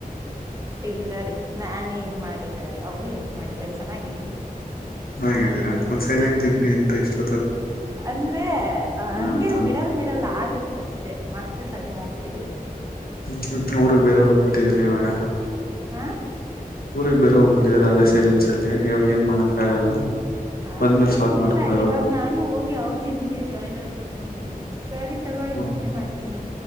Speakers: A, on the right; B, on the left.
A: ಇಲ್ಲ ರೀ ನಾ ಏನ್ ಮಾಡಿಲ್ಲ ರೀ ಅವರುೂ ಏನ್ ಮಾಡಿಲ್ಲ ಚೆನ್ನಾಗಿದ್ದೀವಿ
B: ಹಾಗೀರಾ ಮತ್ತ ಸೇಲೆ ಎಂತಿದ್ರಿ ಎಂತ ಇಷ್ಟ
A: ಅಂದ್ರೆ ಹಗೆ
B: ಅಂತ ಹ್ಮ್
A: ಮಿಡಲ್ ಮಿಡಲ್ ಆಗತ್ತೆ ಕಷ್ಟ್ ಮತ್ತೆ ಸರಿ ಹಾಕ್ತೀವಿ
B: ಹ್ಮ್ ಹ್ಮ್ ಅವಊ್ರಗ್ ಬೇರೆ ಹೋಗ್ಬಿಟ್ಟಿದ್ರ ಇವಾಗ
A: ಹಾ
B: ಊರಿಗೆಗ್ ಬೇರೆ ಹೋಗ್ಬಿಟ್ಟಿದಾರ ಅದೇ ಸೈಲೆನ್ಸ್ ಅಲ್ಲಿ ಇವಾಗ ಏನ್ ಮಾಡಕ್ ಆಗಲ್ಲ
A: ಹಾಗೇನ
B: ಬಂದ್ಮೇಲೆ ಸಾರ್ಟ್ ಮಾಡ್ಕೊಳ್ಳಿ
A: ಇಲ್ಲ ಇವಾಗ ನಾನು ಹೋಗಿ ಅವ ಜಿಮ್ಗೆ ಜಾಯ್ನ್ ಆಗ್ಬೇಕಂತನಿ ಸರಿ ತಗೊಳ್ಳಿ
B: ಹ್ಮ್
A: ಮತ್ತೆ ಮಾಡ್ತೀನಿ